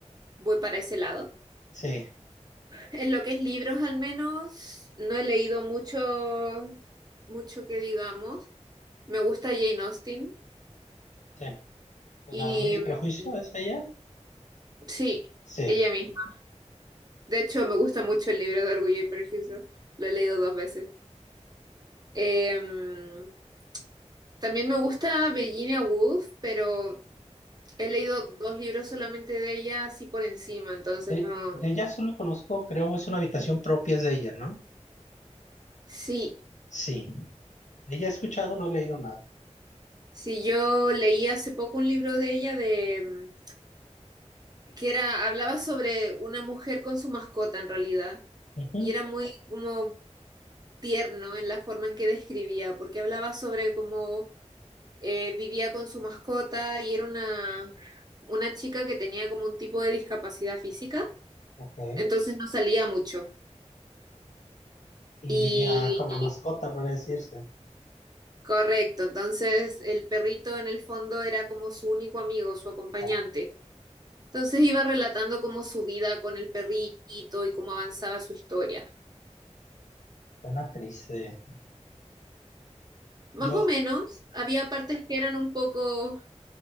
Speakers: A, on the right (about 35°); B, on the left (about 85°).
A: voy para ese lado.
B: Sí,
A: En lo que es libros, al menos, no he leído mucho, mucho que digamos. Me gusta Jane Austen
B: sí. ¿El
A: y
B: orgullo
A: mm,
B: y prejuicio es allá?
A: sí,
B: Sí.
A: ella misma. De hecho, me gusta mucho el libro de Orgullo y Prejuicio. Lo he leído dos veces. Em, también me gusta Virginia Woolf, pero he leído dos libros solamente de ella, así por encima, entonces
B: De,
A: no.
B: de ella solo conozco, creo, es una habitación propia es de ella, ¿no?
A: Sí,
B: Sí. De ella he escuchado, no he leído nada.
A: Sí, yo leí hace poco un libro de ella de mm, que era, hablaba sobre una mujer con su mascota en realidad,
B: Ujú.
A: y era muy como tierno en la forma en que describía, porque hablaba sobre cómo eh, vivía con su mascota y era una, una chica que tenía como un tipo de discapacidad física,
B: Ok.
A: entonces no salía mucho.
B: Y
A: Y,
B: vivía con la
A: y
B: mascota, por decirse.
A: correcto, entonces el perrito en el fondo era como su único amigo, su acompañante.
B: Como
A: Entonces iba relatando cómo su vida con el perrito y cómo avanzaba su historia.
B: pena triste.
A: Más
B: Yo,
A: o menos, había partes que eran un poco,